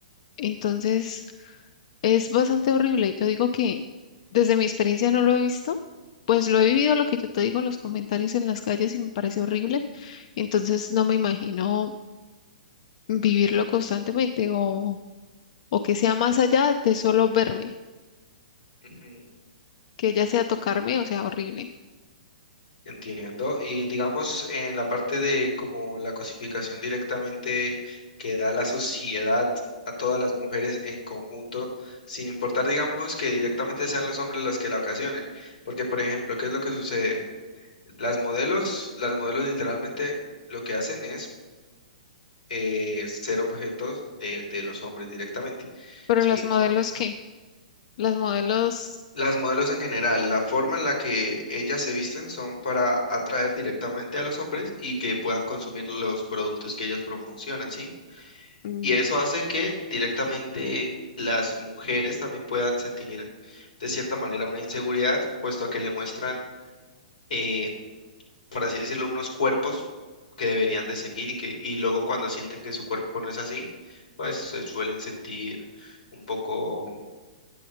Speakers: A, on the left; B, on the left.
A: Entonces... Es bastante horrible. Yo digo que desde mi experiencia no lo he visto, pues lo he vivido lo que yo te digo, en los comentarios en las calles y me parece horrible. Entonces no me imagino vivirlo constantemente o, o que sea más allá de solo verme,
B: Ujú,
A: que ya sea tocarme o sea horrible.
B: Entiendo. Y digamos, en la parte de como la cosificación directamente que da la sociedad a todas las mujeres en conjunto, sin importar, digamos, que directamente sean los hombres los que la ocasionen. Porque, por ejemplo, ¿qué es lo que sucede? Las modelos, las modelos literalmente lo que hacen es eh, ser objetos de, de los hombres directamente,
A: Pero
B: ¿sí?
A: las modelos,
B: Son
A: ¿qué? Las modelos,
B: las modelos en general, la forma en la que ellas se visten son para atraer directamente a los hombres y que puedan consumir los productos que ellos promocionan, ¿sí?
A: mm,
B: Y eso hace que directamente las mujeres también puedan sentir de cierta manera una inseguridad, puesto a que le muestran... eh, por así decirlo, unos cuerpos que deberían de seguir y que, y luego cuando sienten que su cuerpo no es así, pues se suelen sentir un poco